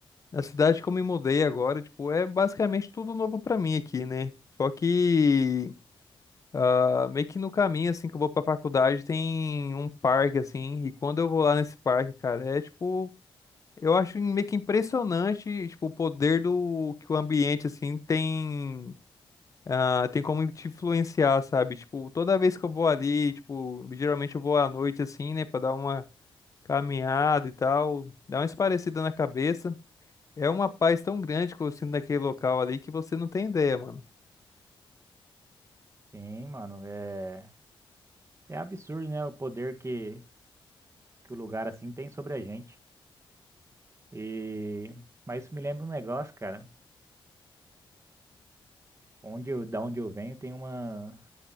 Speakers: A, on the left; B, on the right.
A: Na cidade que eu me mudei agora, tipo, é basicamente tudo novo pra mim aqui, né? Só que ah, meio que no caminho, assim, que eu vou pra faculdade, tem um parque, assim, e quando eu vou lá nesse parque, cara, é tipo, eu acho meio que impressionante, tipo, o poder do que o ambiente, assim, tem. ah, tem como te influenciar, sabe? Tipo, toda vez que eu vou ali, tipo, geralmente eu vou à noite, assim, né, pra dar uma caminhada e tal, dá uma esparecida na cabeça. É uma paz tão grande que eu sinto naquele local ali que você não tem ideia, mano.
B: Sim, mano, é. É absurdo, né? O poder que, que o lugar assim tem sobre a gente. E mas isso me lembra um negócio, cara. Onde eu, da onde eu venho tem uma